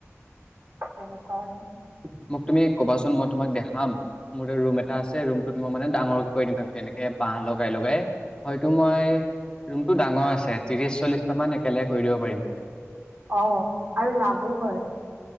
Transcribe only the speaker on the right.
তেনেকুৱা আৰু
অ আৰু লাভো হয়